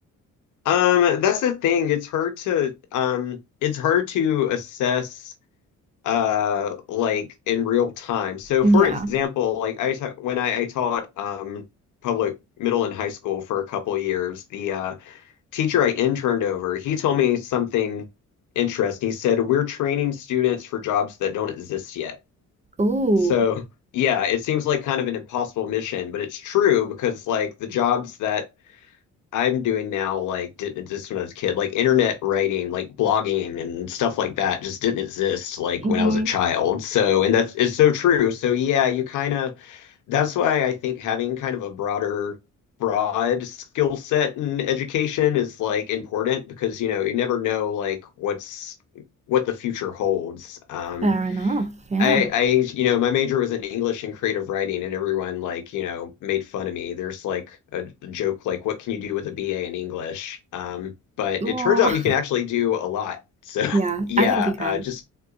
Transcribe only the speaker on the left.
Um, that's the thing. It's hard to um it's hard to assess uh like in real time. So
for example, like I ta when I, I taught um public middle and high school for a couple years, the uh teacher I interned over, he told me something interesting. He said, "We're training students for jobs that don't exist yet."
So, yeah, it seems like kind of an impossible mission, but it's true because like the jobs that I'm doing now, like didn't exist when I was a kid, like internet writing, like blogging and stuff like that just didn't exist like
when I was a child. So, and that's it's so true. So yeah, you kind of that's why I think having kind of a broader, broad skill set in education is like important because you know you never know like what's what the future holds. Um,
I, I, you know, my major was in English and creative writing, and everyone like, you know, made fun of me. There's like a joke like, what can you do with a BA in English? Um, but
it turns out you can actually do a lot. So <laughs>
yeah,
uh, just